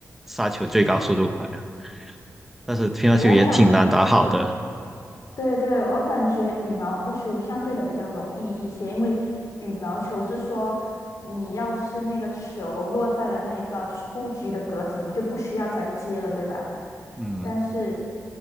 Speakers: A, in the centre; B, on the left.
A: 杀球最高速度快啊。但是乒乓球也挺难打好的。
B: 我感觉，对对，我感觉羽毛球相对的比较容易一些，因为羽毛球是说，你要是那个球落在了那个出局的格子，你就不需要再接了，对吧？
A: 嗯，
B: 但是